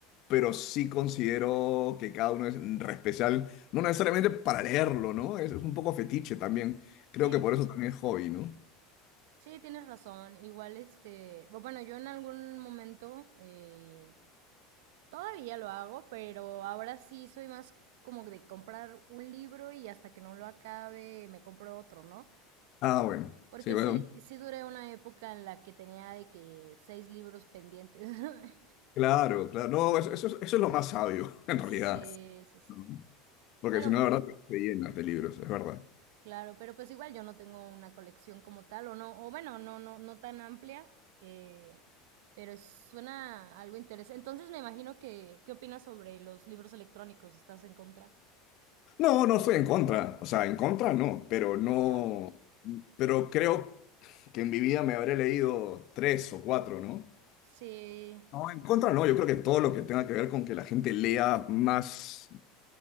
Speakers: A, on the left; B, on the right.
A: pero sí considero que cada uno es re especial, no necesariamente para leerlo, ¿no? Es, es un poco fetiche también. Creo
B: Sí,
A: que por eso también es hobby, ¿no?
B: sí, tienes razón. Igual, este, bu- bueno, yo en algún momento eh, todavía lo hago, pero ahora sí soy más como de comprar un libro y hasta que no lo acabe me compro otro, ¿no?
A: Ah, bueno,
B: Porque
A: sí, bueno,
B: sí, sí duré una época en la que tenía de que seis libros pendientes. <laughs>
A: claro, claro. No, eso, eso, es eso es lo más sabio, <laughs> en
B: Sí,
A: realidad.
B: sí, sí.
A: ¿no? Porque
B: Pero,
A: si no, la verdad, te llenas de libros, es verdad.
B: claro, pero pues igual yo no tengo una colección como tal, o no, o bueno, no, no, no tan amplia, eh, pero es- suena algo interesante. Entonces me imagino que, ¿qué opinas sobre los libros electrónicos? ¿Estás en contra?
A: No, no estoy en contra, o sea, en contra no, pero no,
B: Ya.
A: pero creo que en mi vida me habré leído tres o cuatro, ¿no?
B: Sí,
A: No, En contra no, yo creo que todo lo que tenga que ver con que la gente lea más,